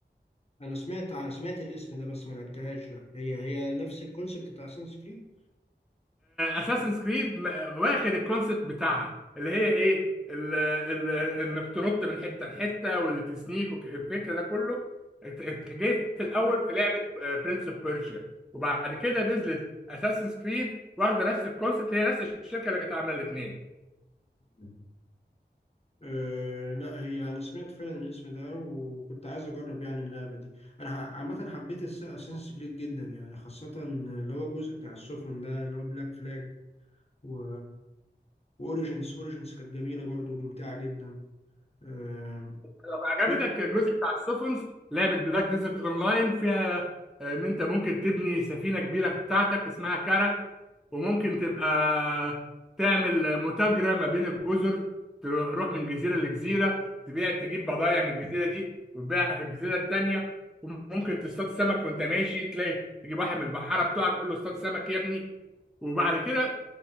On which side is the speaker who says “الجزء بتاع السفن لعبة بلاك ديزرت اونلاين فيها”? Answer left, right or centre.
Centre